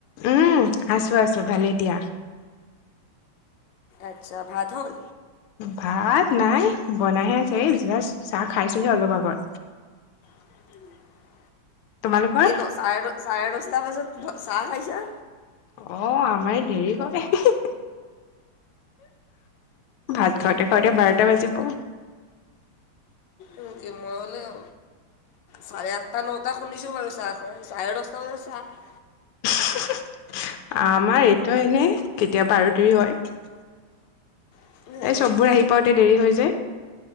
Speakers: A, on the left; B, on the left.
A: উম আছো আছো ভালেই দিয়া
B: আচ্ছা ভাত হ'ল
A: ভাত নাই বনাইহে আছে এই জাষ্ট চাহ খাইছোহে অলপ আগত
B: <inaudible>
A: তোমালোকৰ
B: এই দ চাৰে দচ চাৰে দচটা বজাত চাহ খাইছা
A: অ আমাৰ এ দেৰি হয় হে হি ভাত
B: জমনি
A: খাওঁতে খাওঁতে বাৰটা বাজিব
B: উম কে মল অ চাৰে আঠটা নটা শুনিছো বাৰু চাহ খোৱা চাৰে দচটা বজাত চাহ
A: হো হু আমাৰ এইটো এনে কেতিয়াবা আৰু দেৰি হয়
B: হয়
A: এই
B: নেকি
A: চববোৰ আহি পাওতে দেৰি হৈ যে